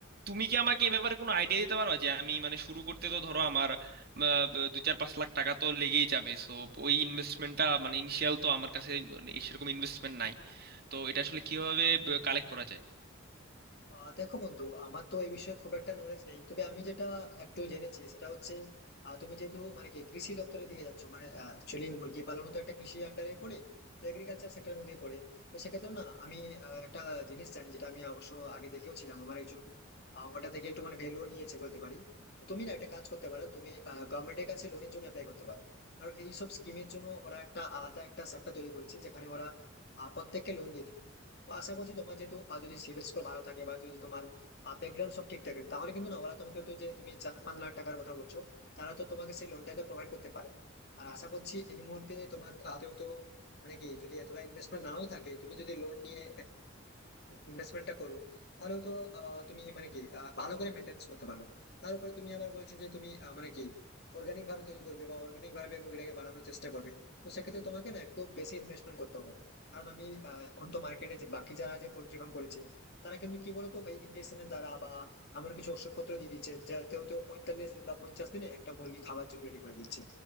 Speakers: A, on the right (about 50°); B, on the left (about 55°).
A: তুমি কি আমাকে এই ব্যাপারে কোনো আইডিয়া দিতে পারো যে আমি মানে শুরু করতে তো ধরো আমার আহ, ব- দুই চার পাঁচ লাখ টাকা তো লেগেই যাবে সো ওই ইনভেস্টমেন্টটা মানে ইনিশিয়াল তো আমার কাছে মানে এই সেরকম ইনভেস্টমেন্ট নাই তো এটা আসলে কিভাবে কালেক্ট করা যায়
B: আহ দেখো বন্ধু আমার তো এই বিষয়ে খুব একটা নলেজ নেই তবে আমি যেটা একটু জেনেছি সেটা হচ্ছে আহ, তুমি যেহেতু মানে কি কৃষি দপ্তরের দিকে যাচ্ছ মানে অ্যাকচুয়ালি মুরগি পালন তো একটা কৃষি আন্ডারে পড়ে তো এগ্রিকালচার সেক্টরের মধ্যে পড়ে তো সেক্ষেত্রে না আমি আহ, একটা জিনিস জানি যেটা আমি অবশ্য আগে দেখেও ছিলাম আমার একজন আহ, ওটা থেকে একটু মানে ভ্যালুও নিয়েছে বলতে পারি তো তুমি না একটা কাজ করতে পারো তুমি গভর্নমেন্টের কাছে লোনের জন্য অ্যাপ্লাই করতে পারো কারণ এইসব স্কিমের জন্য ওরা একটা আলাদা একটা সেক্টর তৈরি করেছে যেখানে ওরা আহ, প্রত্যেককে লোন দিয়ে দিবে তো আশা করছি তোমার যেহেতু আহ, যদি সিভিল স্কোর ভালো থাকে বা যদি তোমার ব্যাকগ্রাউন্ড সব ঠিক থাকে তাহলে কিন্তু না ওরা তোমাকে তো যে তুমি চার পাঁচ লাখ টাকার কথা বলছো তারা তো তোমাকে সেই লোনটা তো প্রোভাইড করতে পারে আর আশা করছি এই মুহূর্তে তোমার হাতে তো মানে কি যদি এতটা ইনভেস্টমেন্ট নাও থাকে তুমি যদি লোন নিয়ে ইনভেস্টমেন্টটা করো তাহলে তো আহ, তুমি মানে কি আহ, ভালো করে মেনটেন্স করতে পারো তার উপরে তুমি আবার বলছো যে তুমি আহ, মানে কি অর্গানিক ভাবে তৈরি করবে বা অর্গানিক ভাবে মুরগিটাকে বাড়ানোর চেষ্টা করবে তো সেক্ষেত্রে তোমাকে না একটু বেশি ইনভেস্টমেন্ট করতে হবে কারণ আমি আহ, এখন তো মার্কেটে যে বাকি যারা যে পোল্ট্রি ফার্ম করেছে তারা কিন্তু কি বলতো ওই ইঞ্জেকশনের দ্বারা বা এমন কিছু ওষুধপত্র দিয়ে দিচ্ছে যাতে হয়তো পঁয়তাল্লিশ দিন বা পঞ্চাশ দিনে একটা মুরগি খাওয়ার জন্য রেডি করে দিচ্ছে